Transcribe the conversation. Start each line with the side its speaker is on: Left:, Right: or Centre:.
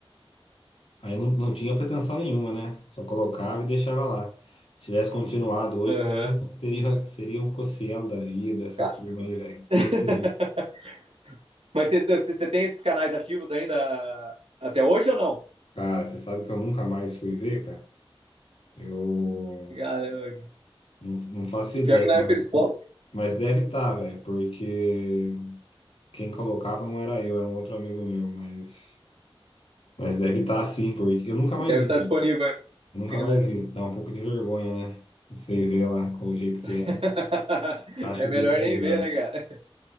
Left: Aí não, não tinha pretensão nenhuma, né? Só colocava e deixava lá. Se tivesse continuado hoje,
Right: Aham.
Left: seria, seria, seria um Cossielo da vida, essa
Right: Ca-
Left: turma aí, velho. Podre
Right: <laughs>
Left: de rir.
Right: Mas você, você você tem esses canais ativos ainda até hoje ou não?
Left: Cara, você sabe que eu nunca mais fui ver, cara? Eu
Right: Caramba.
Left: não, não faço
Right: E
Left: ideia,
Right: pior que na
Left: mas
Right: época eles po-
Left: mas deve estar, velho, porque quem colocava não era eu, era um outro amigo meu, mas, mas deve estar sim, porque eu nunca mais
Right: deve
Left: vi,
Right: estar disponível
Left: eu nunca
Right: ainda.
Left: mais vi. Dá um pouco de vergonha, né? Você vê lá com o jeito que
Right: <laughs>
Left: é. Acho
Right: É
Left: o
Right: melhor
Left: bico da
Right: nem
Left: risada.
Right: ver, né, cara?